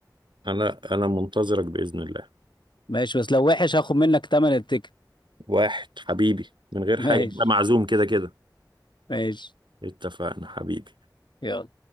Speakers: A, on the right; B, on the left.
A: انا انا منتظرك باذن الله
B: ماشي بس لو وحش هاخد منك تمن التيكت
A: واحد حبيبي من غير
B: ماشي
A: حاجه انت معزوم كده كده
B: ماشي
A: اتفقنا حبيبي
B: يلا